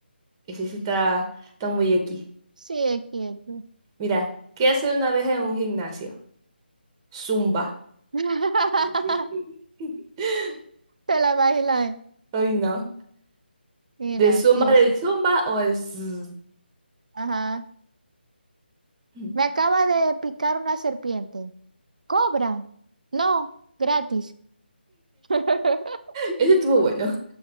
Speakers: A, on the right; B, on the right.
A: Ese sí está, está muy X.
B: sigue quieto.
A: Mira, ¿qué hace una abeja en un gimnasio? Zumba.
B: <laughs>
A: <laughs>
B: Te la imaginas.
A: Ay, no.
B: Mira,
A: ¿De zumba,
B: aquí dice.
A: de zumba o el zzz?
B: Ajá.
A: <laughs>
B: Me acaba de picar una serpiente. ¿Cobran? No, gratis. <laughs>
A: Ese estuvo bueno.